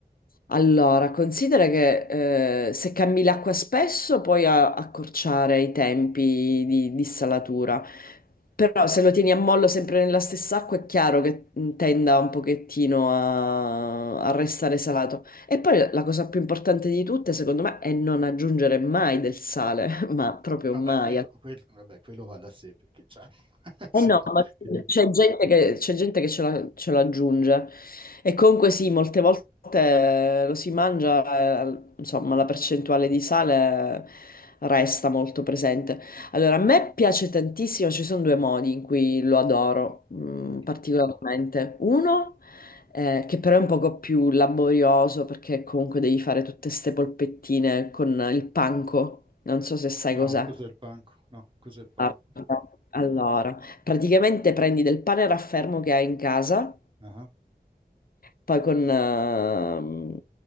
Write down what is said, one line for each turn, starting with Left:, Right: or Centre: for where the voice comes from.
Left: Allora, considera che eh, se cambi l'acqua spesso puoi a- accorciare i tempi di, di salatura, però se lo tieni a mollo sempre nella stessa acqua è chiaro che mh, tenda un pochettino a, a restare salato. E poi la la cosa più importante di tutte, secondo me, è non aggiungere mai del sale, <laughs> ma proprio
Right: Vabbè,
Left: mai.
Right: quello, quel- vabbè, quello va da sé, perché cioè, <laughs> se
Left: Eh no,
Right: no...
Left: ma
Right: che dire.
Left: c'è gente che, c'è gente che ce la- ce l'aggiunge e comunque sì, molte volte eh, lo si mangia, eh, insomma, la percentuale di sale resta molto presente. Allora, a me piace tantissimo, ci sono due modi in cui lo adoro mm,
Right: Eh,
Left: particolarmente. Uno, eh, che però è un poco più laborioso perché comunque devi fare tutte ste polpettine con il panco, non so se sai cos'è.
Right: No, cos'è il panco? No, cos'è il panco?
Left: Guarda, Allora, praticamente prendi del pane raffermo che hai in casa,
Right: Ah,
Left: poi con, ehm,